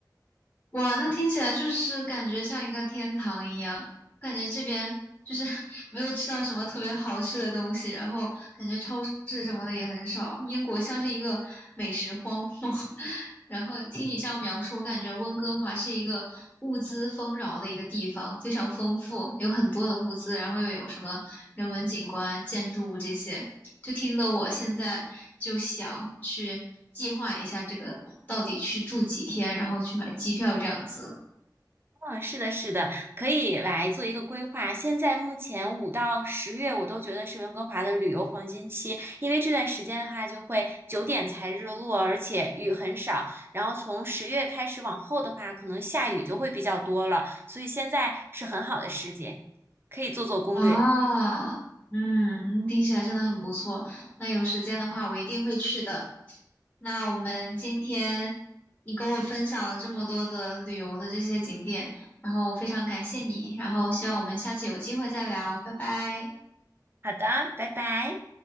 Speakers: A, on the left; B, on the right.
A: 哇，那听起来就是感觉像一个天堂一样，感觉这边就是 <laughs> 没有吃到什么特别好吃的东西，然后感觉超市什么的也很少，英国像是一个美食荒漠。<laughs> 然后听你这样描述，我感觉温哥华是一个物资丰饶的一个地方，非常丰富，有很多的物资，然后又有什么人文景观、建筑物这些，就听得我现在就想去计划一下这个到底去住几天，然后去买机票这样子。
B: 嗯，是的，是的，可以来做一个规划。现在目前五到十月，我都觉得是温哥华的旅游黄金期，因为这段时间的话，就会九点才日落，而且雨很少。然后从十月开始往后的话，可能下雨就会比较多了，所以现在是很好的时节，可以做做攻略。
A: 啊，嗯，听起来真的很不错。那有时间的话，我一定会去的。那我们今天你跟我分享了这么多的旅游的这些景点，然后我非常感谢你，然后希望我们下次有机会再聊，拜拜。
B: 好的，拜拜。